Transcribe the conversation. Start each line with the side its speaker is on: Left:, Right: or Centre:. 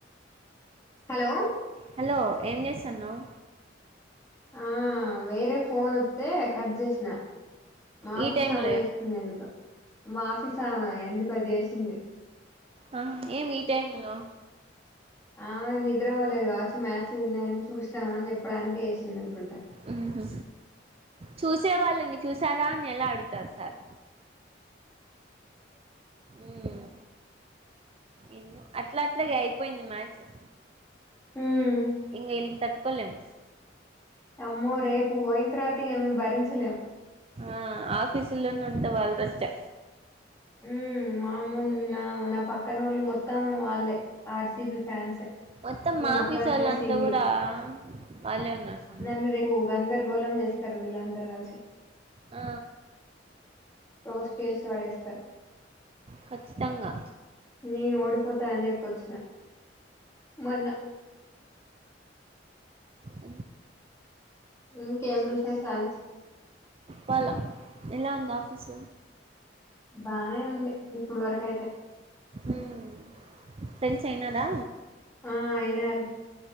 Left: హలో
Right: హలో ఏం చేస్తాన్నావు
Left: ఆ వేరే ఫోన్ ఒత్తే కట్ చేసిన మాఫీసామె
Right: ఈ టైమ్ లో
Left: చేస్తుంది ఎందుకొ మాఫీ సామ ఎందుకొ చేసింది
Right: ఆ ఏం ఈ టైమ్ లో
Left: ఆ నిద్ర పోవలేదు కావచ్చు మ్యా న్నాయని చూస్తాం అని చెప్పడానికి చేసిందనుకుంటా
Right: ఉహూ చూసేవాళ్ళని చూసారా అని ఎలా అడుగుతారు సార్ మ్ ఎమ్మొ అట్లఅట్లగే అయిపోయింది మా అ
Left: ఉమ్
Right: ఇంగ ఇల్తట్ కొలేం
Left: అమ్మో రేపు పోయింతర్వాత ఇగ మేం బ రించలేం
Right: ఆ ఆఫీల్లోనే ఉంట వాళ్ళదోస్తే
Left: ఉ మా ము నా నా పక్కన వాళ్ళు మొత్తం వాళ్ళే ఆర్సిబి ఫ్యాన్సే
Right: మొత్తం
Left: నేను
Right: మా ఆఫీస్సోల్లంత
Left: ఒక్కదాన్నే సింగిల్
Right: కూడా వాళ్ళే ఉన్నారు స్వామి
Left: నన్ను రేపు గంధర గోలం చేస్ స్తరు వీళ్ళందరు కలిసి
Right: ఆ
Left: రోస్ట్ చేసి వడేస్తరు
Right: ఖచ్చితంగా
Left: నేను ఓడిపోతాన అని చెప్పొచ్చిన మొన్న
Right: అ
Left: ఇంకేం విశేశాలు
Right: వల్ల ఎలా ఉంది ఆఫీస్
Left: బానే ఉంది ఇప్పుడు వరకైతే
Right: ఉమ్ ఫ్రెండ్స్ అయినారా
Left: ఆ అయినారు